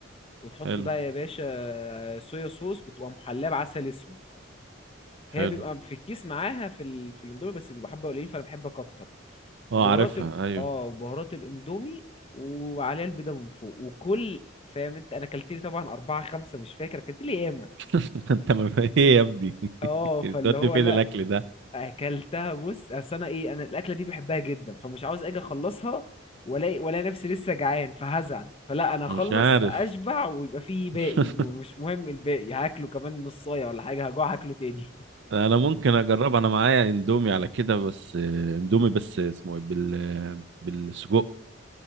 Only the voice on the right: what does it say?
حلو
حلو
اه
عارفها
ايوه
<laughs> انت ما في ايه يا ابني
بتودي
فين
الاكل ده
مش عارف
<laughs>
انا ممكن اجرب انا معايا اندومي على كده بس آه، اندومي بس اسمه ايه بال بالسجق